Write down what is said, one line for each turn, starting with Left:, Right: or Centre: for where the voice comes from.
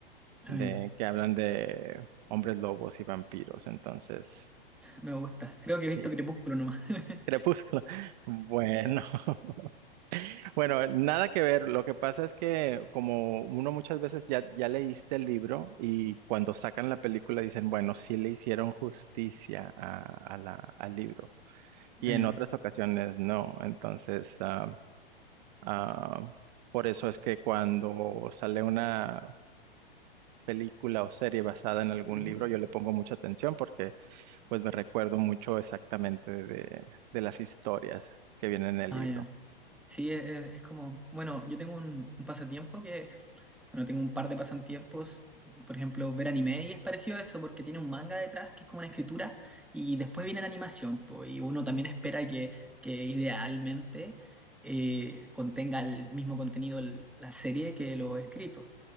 Right: de
Centre: Ah, ya.
Right: que hablan de hombres lobos y vampiros, entonces,
Centre: Me gusta. Creo que he visto
Right: sí,
Centre: Crepúsculo nomás. <laughs>
Right: Crepúsculo. <laughs> Bueno, <laughs> bueno, nada que ver. Lo que pasa es que como uno muchas veces ya, ya leíste el libro y cuando sacan la película dicen, bueno, sí le hicieron justicia a, a la, al libro. Y
Centre: Ah,
Right: en
Centre: ya.
Right: otras ocasiones no. Entonces, ah, ah, por eso es que cuando sale una película o serie basada en algún
Centre: Ujú.
Right: libro, yo le pongo mucha atención porque pues me recuerdo mucho exactamente de, de las historias que vienen en el
Centre: Ah,
Right: libro.
Centre: ya. Sí, es, es- es como, bueno, yo tengo un, un pasatiempo que Bueno, tengo un par de pasatiempos Por ejemplo, ver anime y es parecido a eso porque tiene un manga detrás que es como una escritura y después viene la animación. po, y uno también espera que, que idealmente eh, contenga el mismo contenido el- la serie que lo escrito.